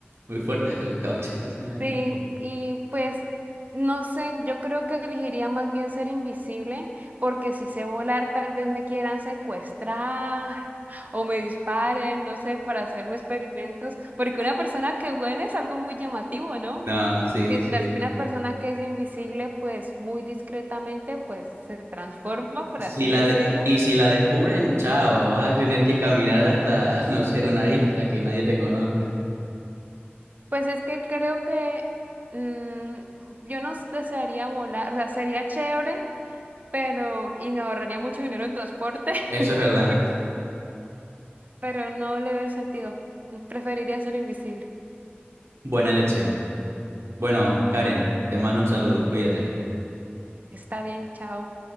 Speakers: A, on the right; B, on the right.
A: muy fuerte eso, cada ochenta cien años.
B: sí, y pues no sé, yo creo que elegiría más bien ser invisible, porque si sé volar, tal vez me quieran secuestrar <laughs> o me disparen, no sé, para hacerme experimentos, porque una persona que huele es algo muy llamativo, ¿no?
A: No, sí,
B: Mientras
A: sí.
B: que una persona que es invisible, pues muy discretamente, pues se transforma, por
A: Si
B: así
A: la
B: decirlo.
A: de- y si la descubren, chao, vas a tener que caminar hasta, <laughs> no sé, una isla que nadie te conozca.
B: Pues es que creo que mm, yo no desearía volar, o sea, sería chévere pero, y me ahorraría mucho dinero en transporte,
A: Eso
B: <laughs>
A: es verdad.
B: pero no le veo el sentido. Preferiría ser invisible.
A: Buena elección. Bueno, Karen, te mando un saludo, cuídate.
B: Está bien, chao.